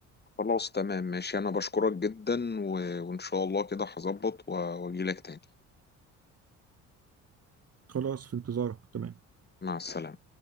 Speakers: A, on the left; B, on the right.
A: خلاص تمام ماشي أنا بشكرك جدا و... وإن شاء الله كده هظبط و- وأجيلك تاني
B: خلاص في انتظارك تمام
A: مع السلامة